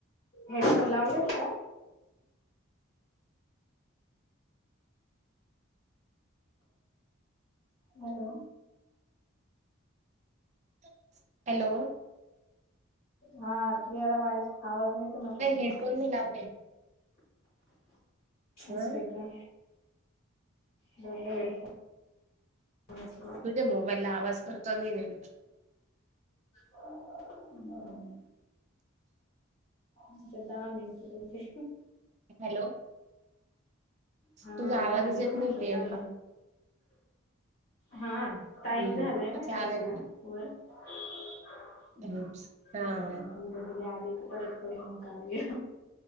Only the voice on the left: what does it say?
हेडफोन लावलेत का? हॅलो.
हा क्लिअर अआवाज आवाज नाही येत आहे म्हटलं तुमचा.
असंय का? बदलू हेडफोन? कोणाच.
हम्म. आता दहा मिनिटं त झाले.
हा
झालेत
म्हटलं
दहा हां
टाइम झालाय म्हटलं
थोडा वर. हम्म
जाऊ द्या उद्या बिद्या आले तर, परत करू मग कार्य.